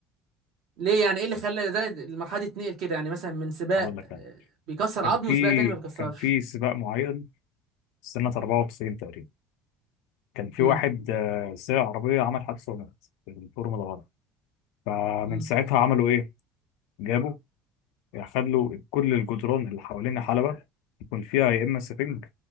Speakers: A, on the right; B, on the left.
A: ليه يعني ايه اللي خلى ده المرحله دي تنقل كده يعني مثلا من سباق
B: اقول لك
A: آه،
B: انا
A: بيكسر
B: كان
A: عظمه
B: في
A: سباق تاني ما بيكسرش
B: كان في سباق معين سنه 94 تقريبا كان في
A: امم
B: واحد آه، سايق عربيه عمل حادثه ومات في الفورمولا 1 فمن
A: امم
B: ساعتها عملوا ايه جابوا خدوا كل الجدران اللي حوالين حلبة يكون فيها يا اما سفنج